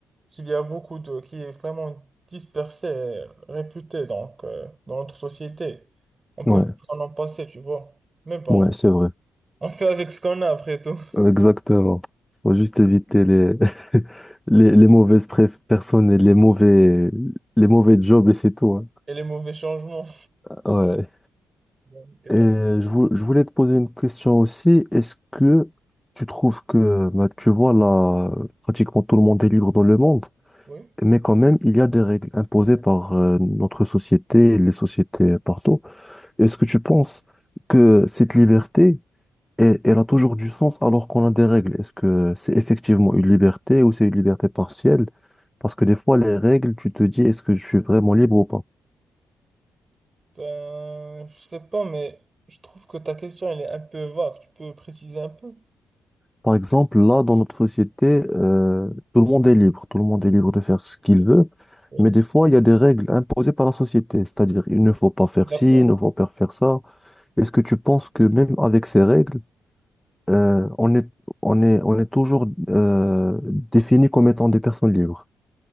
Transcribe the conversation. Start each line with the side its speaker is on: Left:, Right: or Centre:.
Right: qu'il y a beaucoup de, qui est vraiment dispersée, et réputée, donc, euh, dans notre société. On peut
Centre: Ouais.
Right: pas s'en en passer, tu vois. Mais bon,
Centre: Ouais, c'est vrai.
Right: <laughs> on fait avec ce qu'on a après tout.
Centre: Exactement. Faut juste éviter les, <laughs> les, les mauvaises pré- personnes et les mauvais, les mauvais jobs et c'est tout. hein.
Right: Et les mauvais changements.
Centre: Ouais.
Right: Donc, euh,
Centre: Et je, vou- je voulais te poser une question aussi. Est-ce que tu trouves que, bah, tu vois, là, pratiquement tout le monde est libre dans le monde,
Right: oui.
Centre: mais quand même, il y a des règles imposées par euh, notre société, les sociétés partout. Est-ce que tu penses que cette liberté, et elle a toujours du sens alors qu'on a des règles. Est-ce que c'est effectivement une liberté ou c'est une liberté partielle? Parce que des fois, les règles, tu te dis, est-ce que je suis vraiment libre ou pas?
Right: Ben, je sais pas, mais je trouve que ta question, elle est un peu vague. Tu peux préciser un peu?
Centre: Par exemple, là, dans notre société, euh, tout le monde est libre. Tout le monde est libre de faire ce qu'il veut.
Right: Oui.
Centre: Mais des fois, il y a des règles imposées par la société. C'est-à-dire, il ne faut pas faire
Right: Je suis d'accord.
Centre: ci, il ne faut pas faire ça. Est-ce que tu penses que même avec ces règles, euh, on est, on est, on est toujours euh, défini comme étant des personnes libres?